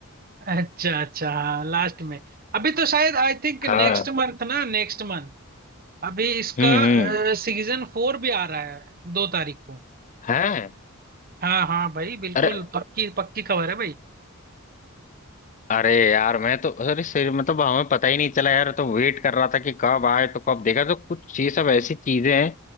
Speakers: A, on the right (about 45°); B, on the left (about 35°).
A: अच्छा अच्छा हाँ लास्ट में अभी तो शायद आई थिंक
B: हाँ
A: नेक्स्ट मंथ ना नेक्स्ट मंथ अभी इसका
B: हम्म हम्म
A: सीजन फोर भी आ रहा है दो तारीख को
B: हैं
A: हाँ हाँ भाई बिल्कुल
B: अरे
A: पक्की पक्की खबर है भाई
B: अरे यार मैं तो अरे सर मतलब हमें पता ही नहीं चला यार तो वेट कर रहा था कि कब आए तो कब देखा तो कुछ ये सब ऐसी चीजें हैं